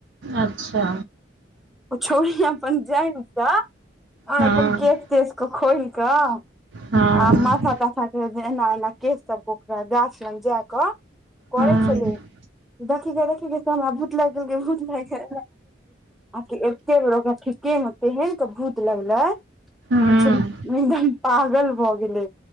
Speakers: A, on the right; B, in the centre.
A: अच्छा
B: ओ छोरी अपन जाइ तऽ आ
A: हँ
B: अपन के तसक खोई कऽ आ
A: हँ हँ
B: मथा तथा एना एना केश सब ओकरा गाछ लग जा कऽ करै
A: हँ
B: छलै देखिके देखिके सोना भूत लाग गेल भूत लागै आ कि एते बेर ओकरा ठीके में तेहन के भूत लगले
A: हँ
B: अचुरी पगल भऽ गेलै